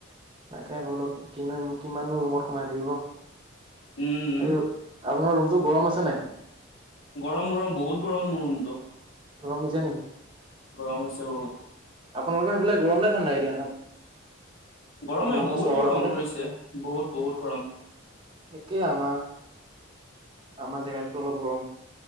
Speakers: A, on the right; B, on the left.
A: তাকে বোলো কি কিমানো ৰুমত সোমাই থাকিব।
B: উম। উম
A: আৰু আপোনাৰ ৰুমতটো গৰম আছে নে নাই?
B: গৰম গৰম, বহুত গৰম মোৰ ৰুমটো।
A: গৰম দিছে নেকি?
B: গৰম হৈছে বহুত।
A: আপোনালোকৰ সেইফালে গৰম নে ঠাণ্ডা এতিয়া?
B: গৰমেই,
A: আপোনালোকৰ
B: বহুত
A: চহৰৰ
B: গৰম
A: ফালে?
B: পৰিছে, বহুত বহুত গৰম।
A: একেই আমাৰ, আমাৰ জেগাতো অলপ গৰম।